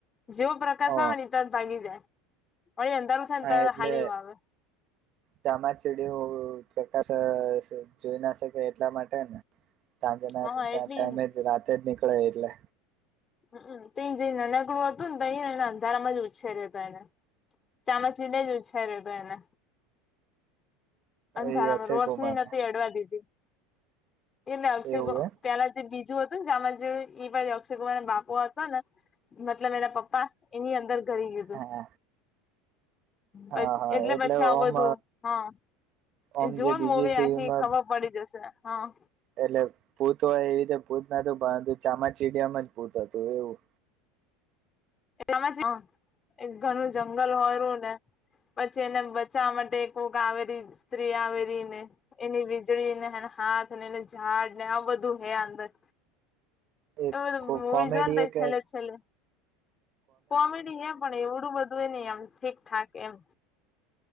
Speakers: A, on the left; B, on the right.
A: જેવો પ્રકાશ
B: ઓ
A: આવે ને ત જ ભાગી જાય વળી અંધારું થાય
B: હા
A: ને તરત
B: એટલે
A: હાલ્યું આવે
B: ચામાચીડિયું શ શ જોઈ ના શકે એટલા માટે ને સાંજે ના
A: હા એટલી
B: ટાઈમે જ રાતે જ નીકળે એટલે
A: હમ તો જે નાનકડું હતું ને તોને એને અંધારામાં જ ઉછેર્યો હતો એને ચામચીડા લેજ ઉ છે રે તો એને અંધારામાં
B: એ અક્ષય
A: રોશની
B: કુમાર
A: નથી
B: ને
A: અડવા દીધી એટલે હશે
B: એવું એ
A: પેલા જે બીજ હતું જે પણ અક્ષય કુમાર બાપુ હતો ને મતલબ એના પપ્પા એની અંદર કરી ગીયુ હતુ
B: હા
A: પ
B: હા હા
A: એટલે પછી આવું
B: ઓમ
A: બધું હ
B: ઓમ
A: એ જોવાનું
B: જે બીજી
A: મોવે
B: ટીવીમાં
A: આખી ખબર પડી જશે હા
B: એટલે ભૂત હોય એવી રીતે ભૂત નતું પરંતુ ચામાચીડયમ જ ભૂત હતું એવું
A: એ એક ઘરનું જંગલ હોયું ને પછી એને બચાવવા માટે એક કોક આવેલી સ્ત્રી આવેલી ને એની વીજળી ને હે હાથ ને ઝાડ ને આ બધું હે અંદર
B: એ
A: એવ બધું મવી
B: કોમેડી
A: જો વાન થાય
B: કે
A: છેલ્લે છેલે કોમેડી હે પણ એવડું બધું નહી એમ ઠીકઠાક એમ